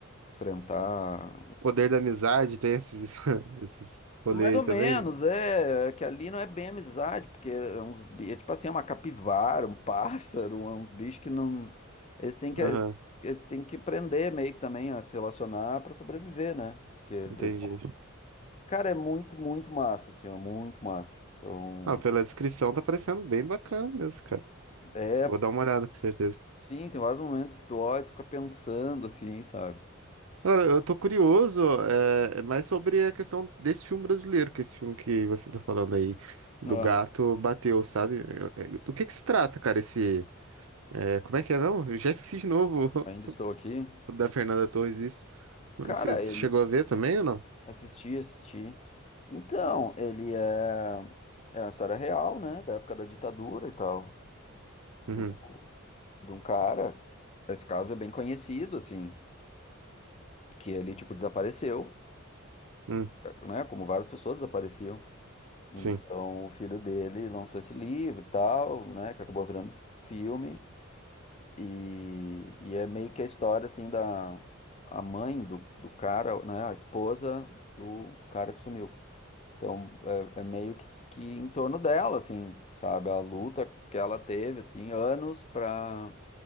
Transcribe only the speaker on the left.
enfrentar.
Mais ou
menos, é, que ali não é bem amizade, porque é uns, bi- é tipo assim, é uma capivara, um pássaro, é uns bichos que não, eles têm que,
eles têm que aprender meio que também a se relacionar para sobreviver, né? Porque, eles-
cara, é muito, muito massa, assim, é muito massa. Então,
é,
sim, tem vários momentos que tu olha e tu fica pensando, assim, sabe?
Ah,
ainda estou aqui.
Cara,
ele,
Assisti, assisti. Então, ele é, é uma história real, né? Da época da ditadura e tal. Do,
de um cara. Esse caso é bem conhecido, assim. Que ele, tipo, desapareceu,
né? Como várias pessoas desapareciam. Então,
o filho dele lançou esse livro e tal, né? Que acabou virando filme. E, e é meio que a história, assim, da a mãe do, do cara, né? A esposa do cara que sumiu. Então, é, é meio que, que em torno dela, assim, sabe? A luta que ela teve, assim, anos pra.